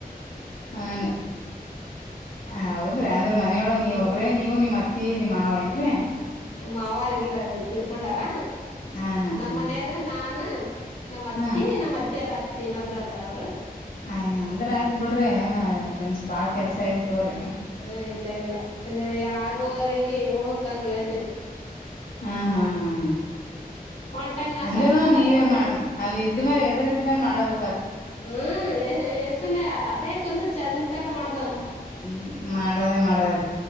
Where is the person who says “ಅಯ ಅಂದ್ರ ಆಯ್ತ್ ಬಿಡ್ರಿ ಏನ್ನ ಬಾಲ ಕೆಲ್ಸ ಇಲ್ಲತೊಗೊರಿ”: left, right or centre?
Left